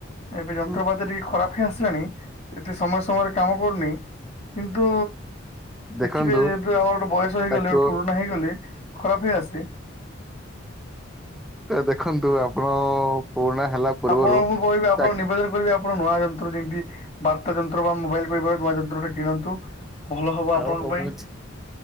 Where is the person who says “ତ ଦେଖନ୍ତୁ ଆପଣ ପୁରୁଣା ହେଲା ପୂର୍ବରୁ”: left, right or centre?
Centre